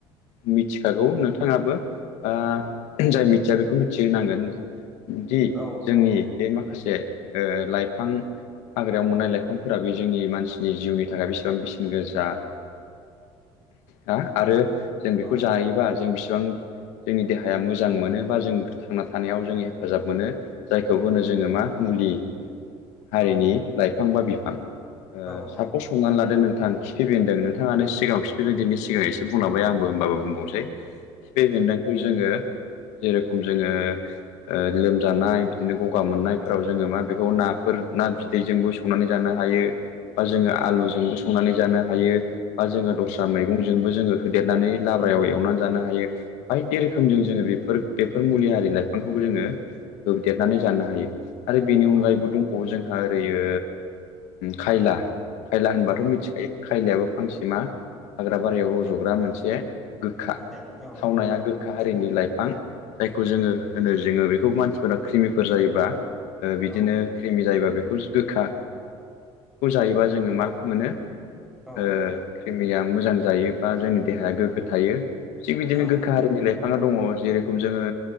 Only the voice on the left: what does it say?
मिथिखागौ नोंथाङाबो। ओ जाय मिथिया बेखौ मिथिहोनांगोन। दि
जोंनि
बे माखासे ओ लाइफां हाग्रायाव मोननाय लाइफांफोराबो जोंनि मानसिनि जिउनि थाखाय बेसेबां बेसेन गोसा। हा आरो जों बेखौ
जायोबा
जों बिसिबां जोंनि देहाया मोजां मोनो बा जों थांना थानायाव जों हेफाजाब मोनो जायखौ होनो
जोङो मा मुलि हारिनि
लाइफां बा बिफां। ओ
सापस हमनानै लादो नोंथां खिफि बेनदों नोंथाङानो सिगाङाव खिफि बेन्दोंनि सिगां एसे बुंलांबाय आंबो होमबाबो बुंबावसै खिफि बेनदों गोन जेरेखम जोङो ओ लोमजानाय बिदिनो गगा मोननायफोराव जोङो मा बेखौ नाफोर ना बिदैजोंबो संनानै जानो हायो। बा जोङो आलुजोंबो संनानै जानो हायो बा जोङो दस्रा मैगंजोंबो जोङो होदेरनानै लाब्रायाव एवनानै जानो हायो बायदि रोखोमजों
जोङो बेफोर बेफोर मुलि हारि लाइफांखौबो जोङो होदेरनानै जानो हायो आरो बेनि अनगायैबो
दंबावो जों ओरैयो खायला खायला होनबाथ'
मिथिखायो। खायलायाबो फांसे मा हाग्रा बारियाव रज'ग्रा मोनसे गोखा
थावनाया गोखा हारिनि लाइफां जायखौ जों जोङो होनो जोङो बेखौ मानसिफोरा क्रिमिफोर जायोबा ओ बिदिनो
क्रिमि जायोबा बेख खौ गोखा खौ जायोबा जोङो मा मोनो ओ
क्रिमिया मोजां जायो बा जोंनि देहाया गोग्गो थायो थिग बिदिनो
गोखा हारिनि लाइफाङा दङ जेरेखम जोङो